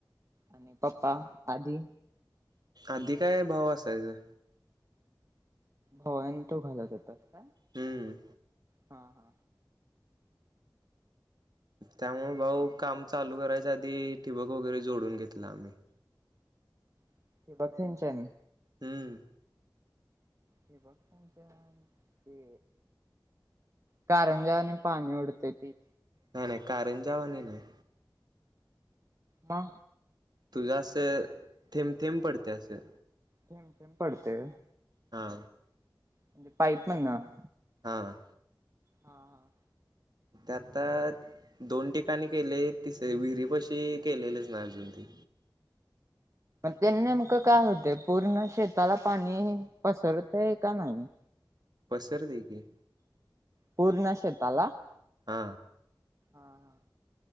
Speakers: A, on the right; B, on the right.
A: आणि पप्पा आधी
B: आधी काय भाव असायचा?
A: भाऊ आणि तु घालत होतास काय?
B: हम्म
A: हा हा..
B: त्यामुळे भाऊ काम चालू करायच्या आधी ठिबक वगैरे जोडून घेतला आम्ही.
A: <unintelligible> क बघच्या
B: हम्म..
A: ठिबक सिंचन ते कारंजा आणि पाणी उडतेय ते
B: नाही नाही कारंजा वानी नाहीय.
A: म..
B: तुझं असं थेंब थेंब पडते असं
A: थेंब थेंब पडतय व्हय
B: हा
A: म्हणजे पाईप मधण..
B: हा..
A: हा- हा..
B: त्यातद <unintelligible> दोन ठिकाणी केले तिसर विहिरीपाशी केलेलेच नाही अजून ते
A: त्यांन नेमकं काय होतय पूर्ण शेताला पाणी पसरतय का नाही?
B: पसरतय की
A: पूर्ण शेताला
B: हा
A: हा- हा